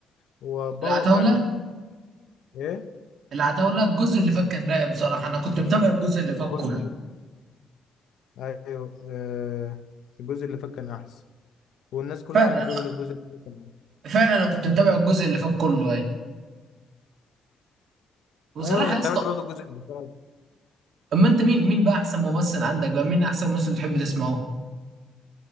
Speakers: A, on the left; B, on the right.
A: وبوخ
B: العتاوله
A: يعني إيه
B: العتاوله الجزء اللي فات كان رايق بصراحه انا كنت متابع الجزء اللي فات
A: الجزء
B: كله
A: اللي أيوه آه... الجزء اللي فات كان أحسن والناس كلها
B: فعلا
A: يعني بتقول الجزء اللي فات كان أحسن
B: فعلا انا كنت متابع الجزء اللي فات كله اي وصراحه
A: أيوه أنا
B: يا اسطى
A: تابعت برضو الجزء اللي فات
B: اما انت مين مين بقى احسن ممثل عندك بقى مين احسن ممثل بتحب تسمعه